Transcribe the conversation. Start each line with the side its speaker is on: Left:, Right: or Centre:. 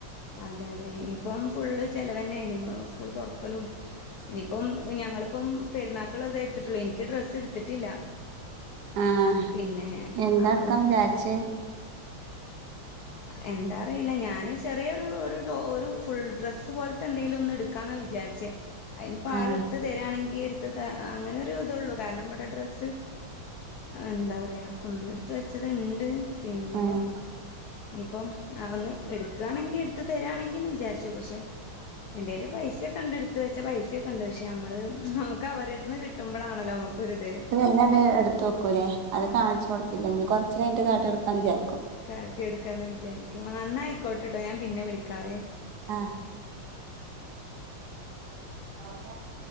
Left: അതെ അതെ ഇനിയിപ്പം ഫുള്ള് ചെിലവന്നെയാണ് സ്കൂള് തുറക്കലും ഇനിയിപ്പം ഞങ്ങളിപ്പം പെരുന്നാ <unintelligible> ക്കൾ എടുത്തിട്ടില്ല എനിക്ക് ഡ്രസ്സ് എടുത്തിട്ടില്ല
Right: ആഹ്
Left: പിന്നെ
Right: എന്താ
Left: അപ്പം
Right: എടുക്കാന്ന് വിചാരിച്ച്
Left: എന്താ അറിയില്ല ഞാന് ചെറിയൊരു ഒരു ഒരു ഫുൾ ഡ്രസ്സ് പോലത്തെ എന്തെങ്കിലും ഒന്ന് എടു ക്കണം വിചാരിച്ചേ അയ്നിപ്പം ആൾടുത്ത
Right: ആഹ്
Left: തരാണെങ്കിൽ എടുത്ത് ത അങ്ങനെ ഒരു ഇതള്ളൂ കാരണം ഇവടെ ഡ്രസ്സ് എന്താ പറയാ ഒന്ന് എടുത്ത് വെച്ചത് ഉണ്ട് പിന്നെ
Right: ആഹ്
Left: ഇനിയിപ്പം ഒന്ന് എടുക്കാണെങ്കിൽ എടുത്ത് തരാണെങ്കിന്ന് വിചാരി ച്ചു പക്ഷെ എന്റെൽ പൈസ ഒക്കെണ്ട് എടുത്ത് വെച്ച പൈസയൊക്കെ ഉണ്ട് പക്ഷെ നമ്മള് നമുക്ക് അവരെട് ത്ത്ന്ന് കിട്ടുമ്പോളാണല്ലോ നമുക്കൊരിത്
Right: ഇല്ലാണ്ട് എടുത്ത് വെക്കൂല്ലേ അത് കാണിച്ച് കൊടുക്കില്ല ഇനി കുറച്ചു കഴിഞ്ഞിട്ട് കാട്ടി കൊടുക്കാന്ന് വിചാരിക്കും
Left: കാട്ടിയെടുക്കാമന്ന് വിചാരിക്കും അന്നായിക്കോട്ടെട്ടോ ഞാൻ പിന്നെ വിളിക്കാവേ
Right: ആഹ് <inaudible>